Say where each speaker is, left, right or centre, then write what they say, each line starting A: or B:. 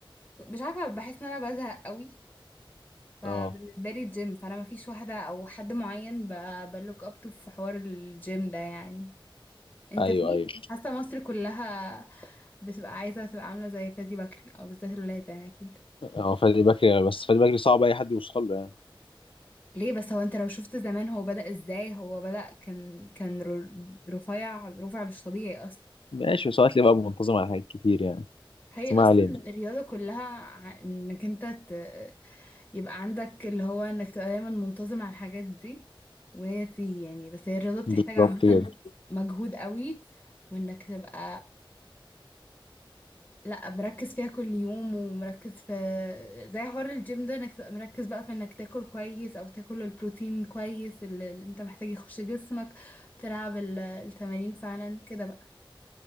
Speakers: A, on the left; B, on the left.
A: مش عارفه بحس ان انا بزهق قوي فبالنسبه
B: اه
A: لي الجيم فانا ما فيش واحده او حد معين ب... بلوك اب تو في حوار الجيم ده يعني انت
B: ايوه
A: في
B: ايوه
A: حاسه مصر كلها بتبقى عايزه تبقى عامله زي فادي بكري او بالذات الولاد يعني اكيد
B: اه فادي بكري بس فادي بكري صعب اي حد يوصل له يعني
A: ليه بس هو انت لو شفت زمان هو بدأ ازاي هو بدأ كان كان ر- رفيع رفع مش طبيعي اصلا
B: ماشي بس هو هتلاقيه بقى منتظم على حاجات كتير يعني
A: هي
B: بس ما
A: اصلا
B: علينا
A: الرياضه كلها ع- انك انت ت... يبقى عندك اللي هو انك تبقى دايما منتظم على الحاجات دي وهي تيجي يعني بس هي الرياضه بتحتاج
B: بالظبط
A: عامه
B: كده
A: مجهود قوي وانك تبقى لا مركز فيها كل يوم ومركز في زي حوار الجيم ده انك تبقى مركز بقى في انك تاكل كويس او تاكل البروتين كويس اللي اللي انت محتاج يخش جسمك تلعب ال- التمارين فعلا كده بقى